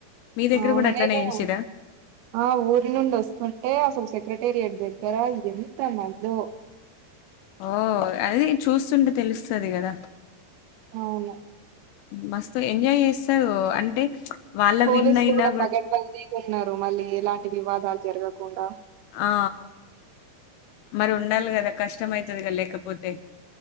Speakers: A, on the left (about 80°); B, on the right (about 80°).
A: మీ దగ్గర
B: అవునునేనుఆ
A: కూడా అట్లనే చేసిరా
B: ఊరి నుండి వస్తుంటే అసలు చెతి మెటీరియల్ దగ్గర ఎంతమందో
A: ఓ అది చూస్తుంటే తెలుస్తుంది కదా
B: అవును
A: మస్తు ఎంజాయ్ చేస్తారు అంటే వాళ్ళ
B: పోలీసులు
A: విన్ అయినా
B: కూడా పగడ్ బందీగాఉన్నారు మళ్ళీ ఎలాంటి వివాదాలు జరగకుండా
A: ఆ మరి ఉండాలి కదా కష్టం అవతది కదా లేకపోతే